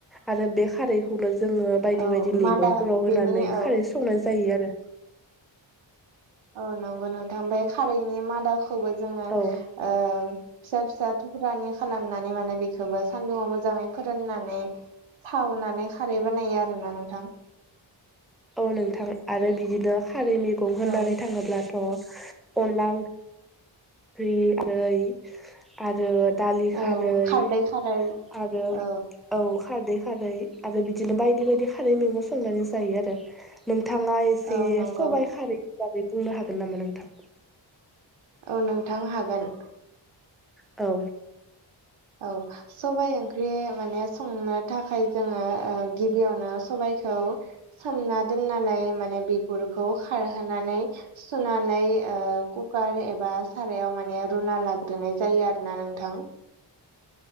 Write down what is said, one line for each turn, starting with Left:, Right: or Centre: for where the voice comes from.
Centre: आरो बे खारैखौनो जोङो बायदि
Right: औ
Centre: बायदि मैगंफोराव
Right: मादा
Centre: होनानै
Right: बेनि औ
Centre: खारै संनाय जायो आरो।
Right: औ नंगौ नोंथां ओमफ्राय खारैनि मादाखौबो जोङो ओ
Centre: औ
Right: फिसा फिसा थुख्रानि खालामनानै माने बेखौबो सान्दुङाव मोजाङै फोराननानै सावनानै खारै बानायो आरोना नोंथां।
Centre: औ नोंथां आरो बिदिनो खारै मेगं होननानै
Right: औ
Centre: थाङोब्लाथ' अनला ओं <unintelligible> आरो दालि खारै
Right: औ खारदै खारै
Centre: आरो
Right: औ
Centre: औ खारदै खारै आरो बिदिनो बायदि बायदि खारै मेगं संनानै जायो आरो नोंथाङा एसे
Right: औ नंगौ
Centre: सबाइ खारैनि बागै बुंनो हागोन नामा नोंथां?
Right: औ नोंथां हागोन।
Centre: औ
Right: औ सबाइ ओंख्रि माने संनो थाखाय जोङो ओ गिबियावनो सबाइखौ सोमना दोननानै माने बिगुरखौ खारहोनानै सुनानै ओ कुकार एबा सारायाव माने रुना लाग्रोनाय जायो आरोना नोंथां